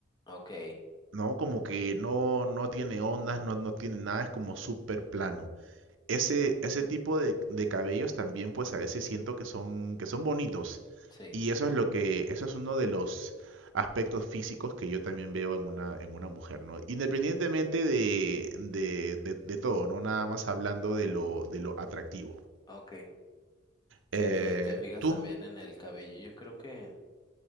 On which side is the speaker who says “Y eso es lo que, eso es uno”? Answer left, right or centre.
Right